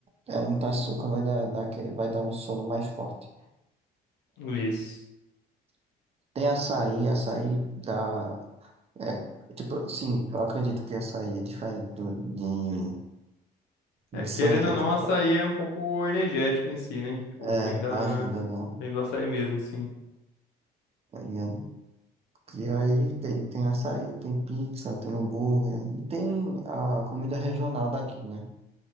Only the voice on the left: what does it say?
Isso.
É, querendo
ou não,
açaí
é um pouco energético em si, né? Tipo,
bem da,
bem do açaí mesmo, sim.